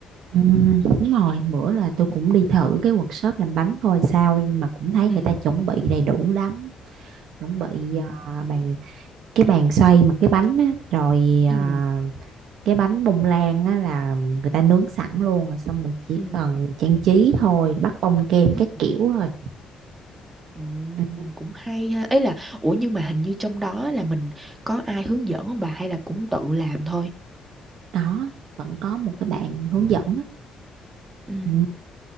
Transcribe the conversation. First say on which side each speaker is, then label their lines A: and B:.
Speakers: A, on the right (about 80°); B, on the right (about 25°).
A: Ừ, đúng rồi, bữa là tôi cũng đi thử cái workshop làm bánh coi sao nhưng mà cũng thấy
B: Ừ.
A: người ta chuẩn bị đầy đủ lắm chuẩn bị
B: Ừ.
A: à, bàn cái bàn xoay mà cái bánh á, rồi à,
B: ừ
A: cái bánh bông lan á, là người ta nướng sẵn luôn rồi xong mình chỉ
B: ừ
A: cần trang trí thôi bắt bông kem
B: ừ
A: các kiểu thôi
B: Ừm,
A: Ừ,
B: cũng hay ha. Ấy là ủa nhưng mà hình như trong đó là mình có ai hướng dẫn không bà hay là cũng tự làm thôi?
A: đó vẫn có một cái bạn hướng dẫn á.
B: Ừ.
A: Ừ,